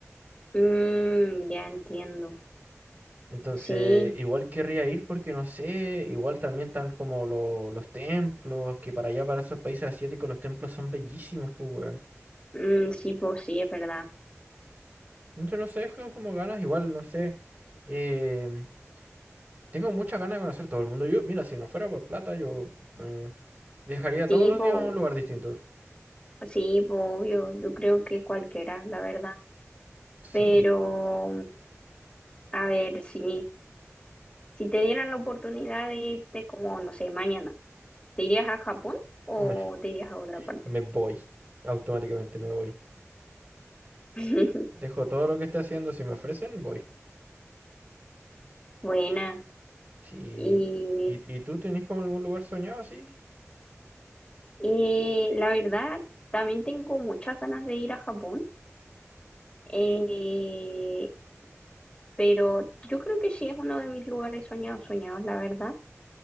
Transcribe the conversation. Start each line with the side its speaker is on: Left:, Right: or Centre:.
Left: Mm, ya entiendo.
Right: Entonces,
Left: Sí,
Right: igual querría ir porque no sé, igual también están como lo- los templos, que para allá, para esos países asiáticos, los templos son bellísimos, pues, weón.
Left: mm, sí, pues sí, es verdad.
Right: Entonces, no sé, tengo como ganas, igual, no sé. em, tengo muchas ganas de conocer todo el mundo. Yo, mira, si no fuera por plata, yo eh, viajaría todos
Left: Sí,
Right: los
Left: po,
Right: días a un lugar distinto.
Left: sí, po, obvio, yo creo que cualquiera, la verdad.
Right: Sí,
Left: Pero, a ver, si, si te dieran la oportunidad de irte como, no sé, mañana, ¿te irías a Japón o
Right: me,
Left: te irías a otra parte?
Right: me voy. Automáticamente me voy.
Left: <laughs>
Right: Dejo todo lo que esté haciendo, si me ofrecen, voy.
Left: Buena.
Right: Sí.
Left: Y
Right: ¿Y, y tú tenés como algún lugar soñado así?
Left: Eh, la verdad, también tengo muchas ganas de ir a Japón, eh, pero yo creo que sí es uno de mis lugares soñados, soñados, la verdad.